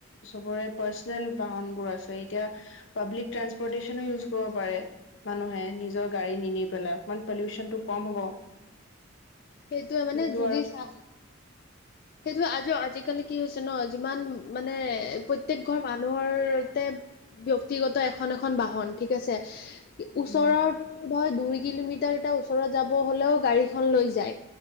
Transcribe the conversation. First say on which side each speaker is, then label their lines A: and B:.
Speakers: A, on the left; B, on the left.
A: চবৰে পাৰ্চনেল বাহন বোৰ আছে এতিয়া পাব্লিক ট্ৰানসপৰ্টেশচনো ইউজ কৰিব পাৰে মানুহে নিজৰ গাড়ী নিনি পেলাই অকমান পলিউচনটো ক'ম হ'ব।
B: সেইটোয়ে মানে
A: কিন্তু
B: যুদি
A: আৰু
B: চা সেইটোয়ে আজ আজিকালি কি হৈছে ন যিমান মানে প্ৰত্যেক ঘৰ মানুহৰ তে ব্যক্তিগত এখন এখন বাহন ঠিক আছে ওচৰৰ
A: উম
B: টোৰ ধৰ দুই কিলোমিটাৰ এটা ওচৰত যাব হ'লেও গাড়ীখন লৈ যায়